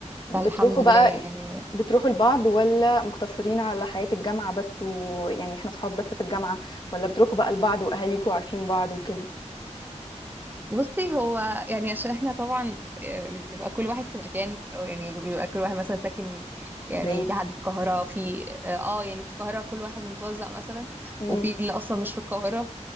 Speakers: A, on the left (about 40°); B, on the right (about 15°).
A: بتروحوا
B: فالحمد لله
A: بقى
B: يعني
A: يعني بتروحوا لبعض ولا مقتصرين على حياة الجامعة بس ويعني احنا صحاب بس في الجامعة ولا بتروحوا بقى لبعض وأهاليكوا عارفين بعض وكده
B: بصي هو يعني عشان احنا طبعا آه، بيبقى كل واحد في مكان أو يعني بيبقى كل واحد مثلا ساكن يعني
A: بعيد
B: في حد في القاهرة في اه آه، يعني في القاهرة كل واحد متوزع مثلا
A: امم
B: وفي اللي اصلا مش في القاهرة